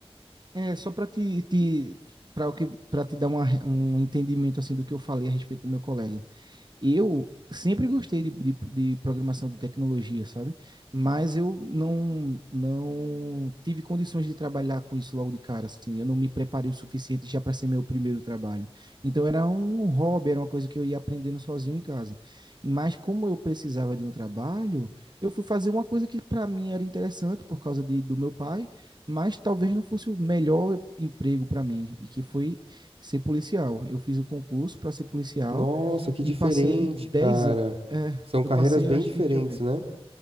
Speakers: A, on the right; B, on the right.
A: é só para te, te para que para te dar uma re- um entendimento assim do que eu falei a respeito do meu colega. eu sempre gostei de, de, de programação de tecnologia, sabe? Mas eu não, não tive condições de trabalhar com isso logo de cara, assim. Eu não me preparei o suficiente já para ser meu primeiro trabalho. Então era um hobby, era uma coisa que eu ia aprendendo sozinho em casa. Mas como eu precisava de um trabalho, eu fui fazer uma coisa que para mim era interessante por causa de, do meu pai, mas talvez não fosse o melhor emprego para mim, e que foi ser policial. Eu fiz o concurso para ser policial
B: Nossa, que diferente,
A: e passei 10
B: cara.
A: anos. É,
B: São carreiras
A: eu passei,
B: bem
A: eu acho
B: diferentes,
A: que, deixa eu ver.
B: né?